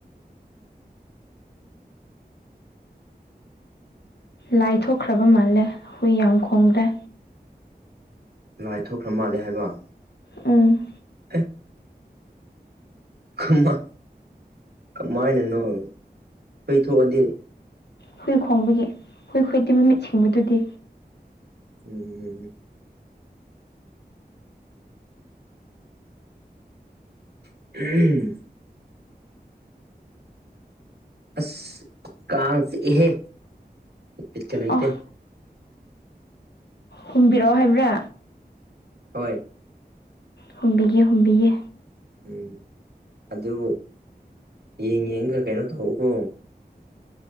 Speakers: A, on the left (about 80°); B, on the right (about 70°).
A: ꯂꯥꯏ ꯊꯣꯛꯈ꯭ꯔꯕ ꯃꯥꯜꯂꯦ ꯍꯨꯏ ꯌꯥꯝ ꯈꯣꯡꯈ꯭ꯔꯦ
B: ꯂꯥꯏ ꯊꯣꯛꯈ꯭ꯔ ꯃꯥꯂꯦ ꯍꯥꯏꯕ
A: ꯎꯝ
B: ꯑꯦ ꯀꯃ ꯀꯃꯥꯏꯅꯅꯣ ꯍꯨꯏ ꯊꯣꯛꯑꯗꯤ
A: ꯍꯨꯏ ꯈꯣꯡꯕꯒꯤ ꯍꯨꯏ ꯍꯨꯏꯗꯤ ꯃꯤꯠ ꯁꯤꯡꯕꯗꯨꯗꯤ
B: ꯎꯝ ꯎꯝ <unintelligible> ꯑꯁ ꯀꯥꯡ ꯆꯤꯛꯑꯦꯍꯦ ꯕꯤꯠꯀ ꯂꯩꯇꯦ
A: ꯑꯣ ꯍꯨꯝꯕꯤꯔꯛꯑꯣ ꯍꯥꯏꯕ꯭ꯔꯥ
B: ꯍꯣꯏ
A: ꯍꯨꯝꯕꯤꯒꯦ ꯍꯨꯝꯕꯤꯒꯦ
B: ꯎꯝ ꯑꯗꯨꯕꯨ ꯌꯦꯡ ꯌꯦꯡꯒ ꯀꯩꯅꯣ ꯇꯧꯎꯀꯣ